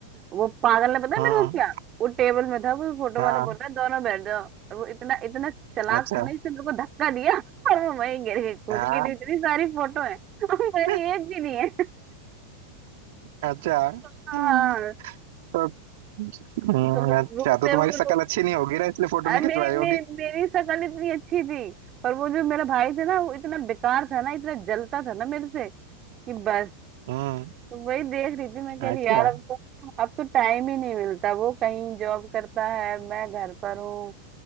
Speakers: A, on the right; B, on the right.
A: वो पागल ने पता है
B: हम्म
A: मेरे को क्या वो टेबल में था वो फोटो
B: हाँ
A: वाला बोल रहा है दोनों बैठ जाओ और वो इतना इतना चालाक
B: अच्छा
A: था ना इसने मेरे को धक्का दिया और वो वहीं गिर गई खुद
B: हाँ
A: की तो इतनी सारी फोटो है मेरी
B: <laughs>
A: एक भी नहीं है
B: अच्छा
A: हाँ
B: हम्म, तो हम्म
A: तुम
B: अच्छा
A: रोते
B: तो तुम्हारी
A: हुए
B: शक्ल
A: रो
B: अच्छी नहीं होगी ना इसलिए फोटो
A: अरे
B: नहीं खिंचवाई
A: मेरी
B: होगी
A: मे, मेरी शक्ल इतनी अच्छी थी पर वो जो मेरा भाई था ना वो इतना बेकार था ना इतना जलता था ना मेरे से कि बस
B: हम्म
A: तो वही देख रही थी मैं
B: अच्छा
A: कह रही यार अब तो अब तो टाइम ही नहीं मिलता वो कहीं जॉब करता है मैं घर पर हूँ